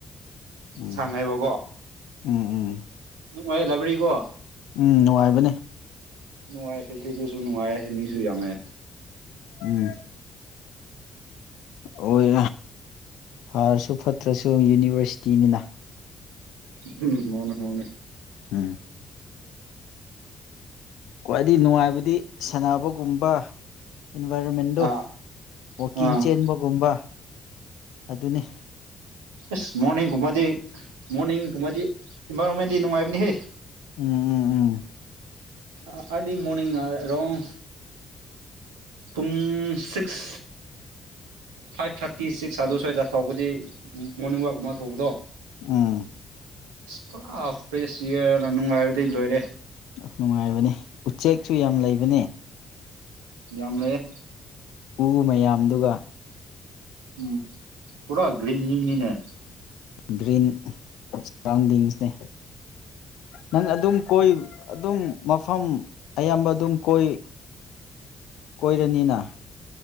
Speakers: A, on the left; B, on the right.
A: ꯎꯝ
B: ꯁꯥꯉꯥꯏꯕꯒꯣ
A: ꯎꯝ ꯎꯝ
B: ꯅꯨꯡꯉꯥꯏ ꯂꯥꯏꯕꯔꯤꯀꯣ
A: ꯎꯝ ꯅꯨꯡꯉꯥꯏꯕꯅꯦ
B: ꯅꯨꯡꯉꯥꯏ ꯐꯦꯁꯤꯂꯤꯇꯤꯁꯨ ꯅꯨꯡꯉꯥꯏ ꯃꯤꯁꯨ ꯌꯥꯝꯃꯦ
A: ꯎꯝ ꯑꯣꯏ ꯐꯔꯁꯨ ꯐꯠꯇ꯭ꯔꯁꯨ ꯌꯨꯅꯤꯚꯔꯁꯤꯇꯤꯅꯤꯅ
B: ꯎꯝ ꯃꯅꯦ ꯃꯅꯦ
A: ꯎꯝ ꯈ꯭ꯋꯥꯏꯗꯒꯤ ꯅꯨꯡꯉꯥꯏꯕꯗꯤ ꯁꯥꯟꯅꯕꯒꯨꯝꯕ ꯏꯟꯚꯥꯏꯔꯣꯟꯃꯦꯟꯗꯨ
B: ꯑꯥ
A: ꯋꯥꯀꯤꯡ
B: ꯑꯥ
A: ꯆꯦꯟꯕꯒꯨꯝꯕ ꯑꯗꯨꯅꯤ
B: ꯑꯦꯁ ꯃꯣꯔꯅꯤꯡꯒꯨꯝꯕꯗꯤ ꯃꯣꯔꯅꯤꯡꯒꯨꯝꯕꯗꯤ ꯏꯟꯚꯥꯏꯔꯣꯟꯃꯦꯟꯗꯤ ꯅꯨꯡꯉꯥꯏꯕꯅꯤ ꯍꯦ
A: ꯎꯝ ꯎꯝ ꯎꯝ
B: ꯑꯥꯜꯂꯤ ꯃꯣꯔꯅꯤꯡ ꯑꯦꯔꯣꯡ ꯄꯨꯡ ꯁꯤꯛꯁ ꯐꯥꯏꯚ ꯊꯥꯔꯇꯤ ꯁꯤꯛꯁ ꯑꯗꯨ ꯁꯋꯥꯏꯗ ꯇꯧꯕꯗꯤ ꯃꯣꯔꯅꯤꯡ ꯋꯥꯛꯀꯨꯝ ꯑꯃ ꯇꯧꯕꯗꯣ
A: ꯎꯝ
B: ꯑꯁ ꯄꯨꯔꯥ ꯐ꯭ꯔꯦꯁ ꯏꯌꯥꯔꯅ ꯅꯨꯡꯉꯥꯏꯕꯗꯤ ꯂꯣꯏꯔꯦ
A: ꯑꯁ ꯅꯨꯡꯉꯥꯏꯕꯅꯦ ꯆꯦꯛꯁꯨ ꯌꯥꯝ ꯂꯩꯕꯅꯦ
B: ꯌꯥꯝ ꯂꯩꯌꯦ
A: ꯎ ꯃꯌꯥꯝꯗꯨꯒ
B: ꯎꯝ ꯄꯨꯔꯥ ꯒ꯭ꯔꯤꯅꯤꯅꯤꯅꯦ
A: ꯒ꯭ꯔꯤꯟ ꯒꯔꯥ꯭ꯑꯟꯗꯤꯡꯁꯅꯦ ꯅꯪ ꯑꯗꯨꯝ ꯀꯣꯏ ꯑꯗꯨꯝ ꯃꯐꯝ ꯑꯌꯥꯝꯕ ꯑꯗꯨꯝ ꯀꯣꯏ ꯀꯣꯏꯔꯅꯤꯅ